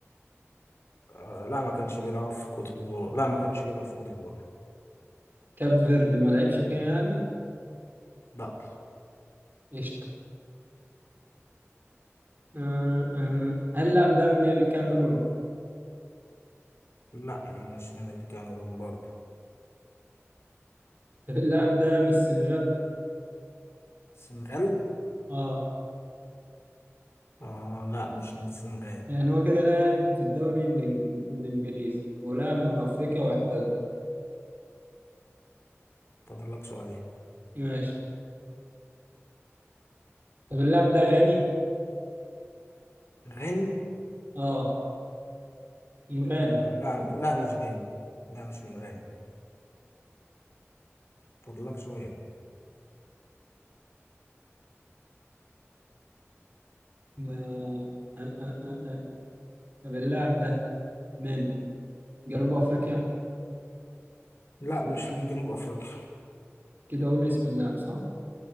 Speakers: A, on the left; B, on the right.
A: آه لا ما كانش بيلعب في كوت ديفوار لا ما كانش بيلعب في كوت ديفوار
B: كاب فيردي ما لعبش فيها يعني
A: لا
B: قشطة آه آه. هل اللاعب ده من الكاميرون؟
A: لا مش من الكاميرون برضه
B: طب اللاعب ده من السنغال؟
A: السنغال
B: اه
A: آه لا مش من السنغال
B: يعني هو كده لاعب في الدوري الإنج- الإنجليزي ولاعب من أفريقيا واعتزل
A: فاضل لك سؤالين
B: ماشي طب اللاعب ده غني؟
A: غاني
B: اه من غانا
A: آه لا لا مش غاني لا مش من غاني فاضل لك سؤال
B: آه آه آه آه. آه. طب اللاعب ده من جنوب أفريقيا؟
A: لا مش من جنوب افريقيا
B: كده أقول اسم اللاعب صح؟